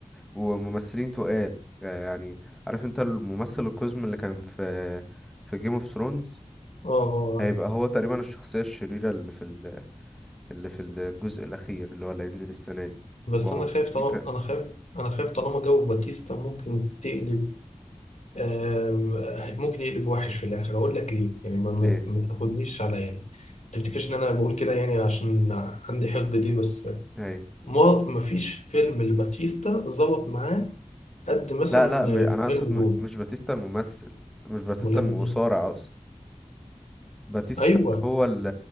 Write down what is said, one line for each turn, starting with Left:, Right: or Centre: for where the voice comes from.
Centre: وممثلين تقال آه، يعني عارف انت الممثل القزم اللي كان في في جيم اوف ثرونز
Left: اه
Centre: هيبقى
Left: اه
Centre: هو تقريبا الشخصية الشريرة اللي في ال... اللي في الجزء الأخير اللي هو اللي هينزل السنة دي
Left: بس
Centre: واو
Left: أنا خايف
Centre: في
Left: طالما
Centre: ك...
Left: أنا خايف أنا خايف طالما جو باتيستا ممكن تقلب آم، ممكن يقلب وحش في الآخر أقول لك ليه يعني ما
Centre: ليه
Left: ما ما تاخدنيش على يعني ما تفتكرش إن أنا بقول كده يعني عشان عندي حقد ليه بس
Centre: ايوه
Left: ما مفيش فيلم لباتيستا ظبط معاه قد مثلا
Centre: لا لا م... انا اقصد
Left: فيلم
Centre: م...
Left: دون
Centre: مش باتيستا الممثل مش باتيستا
Left: ملم
Centre: المصارع
Left: ايه
Centre: اقصد باتيستا
Left: ايوه
Centre: اللي هو ال...